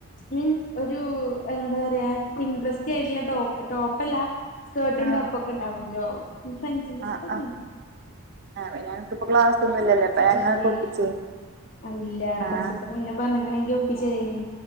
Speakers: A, on the left (about 40°); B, on the right (about 50°).
A: മീൻസ് ഒരു എന്താ പറയാ പിൻട്രസ്റ്റി ആയിട്ടുള്ള ടോപ്പ് ടോപ്പല്ല സ്കേർട്ടും
B: ആഹ്
A: ടോപ്പൊക്കെണ്ടാവുല്ലോ ഇൻ്റെ ഫ്രണ്ട്സിന്റെ
B: ആഹ്
A: അടുത്തൊക്കെ
B: ആഹ്
A: ണ്ട്
B: ആഹ് ഞങ്ങക്കിപ്പോ ക്ലാസൊന്നും ഇല്ലല്ലോ അപ്പൊ ഞങ്ങൾക്ക്
A: ഇല്ലേ
B: ഒപ്പിച്ചേ
A: അഹ് ഇല്ല
B: ആഹ്
A: കുറച്ചിസം മുന്നേ പറഞ്ഞക്കണെങ്കി ഒപ്പിച്ചെരെനി